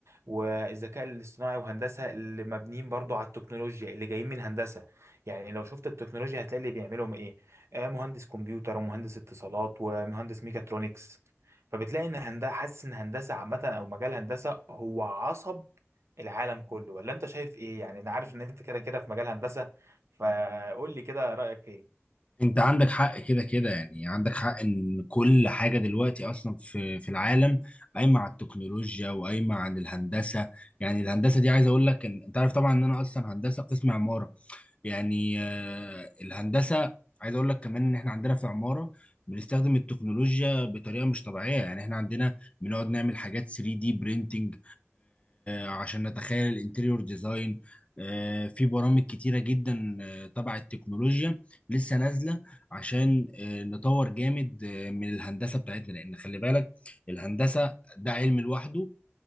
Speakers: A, on the right; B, on the left.
A: والذكاء الاصطناعي وهندسه اللي مبنيين برضو على التكنولوجيا اللي جايين من هندسه يعني لو شفت التكنولوجيا هتلاقي اللي بيعملهم ايه آه مهندس كمبيوتر ومهندس اتصالات ومهندس ميكاترونكس فبتلاقي ان هندسه حاسس ان هندسه عامه او مجال هندسه هو عصب العالم كله ولا انت شايف ايه يعني انا عارف ان انت كده كده في مجال هندسه فقول لي كده رايك ايه
B: انت عندك حق كده كده يعني عندك حق ان كل حاجة دلوقتي اصلا في في العالم قايمة على التكنولوجيا وقايمة على الهندسة يعني الهندسة دي عايز اقول لك ان انت عارف طبعا ان انا اصلا هندسة قسم عمارة يعني آه، الهندسه عايز اقول لك كمان ان احنا عندنا في عماره بنستخدم التكنولوجيا بطريقه مش طبيعيه يعني احنا عندنا بنقعد نعمل حاجات 3 دي برينتنج عشان نتخيل الانتيريور ديزاين في برامج كتيره جدا آه، تبع التكنولوجيا لسه نازله عشان آه، نطور جامد آه، من الهندسه بتاعتنا لان خلي بالك الهندسه ده علم لوحده